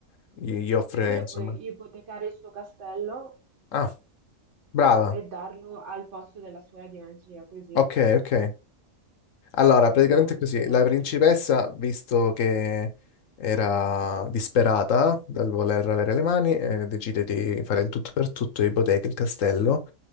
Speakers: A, on the left; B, on the right.
A: gli, gli offre,
B: Oppure
A: insomma.
B: puoi ipotecare il suo castello
A: Ah, brava,
B: e darlo al posto della scuola di magia, così
A: ok, ok. Allora,
B: mi sembra,
A: praticamente
B: mi
A: è così,
B: sembra
A: la
B: logico.
A: principessa, visto che era disperata dal voler avere le mani, eh, decide di fare il tutto per tutto, ipoteca il castello,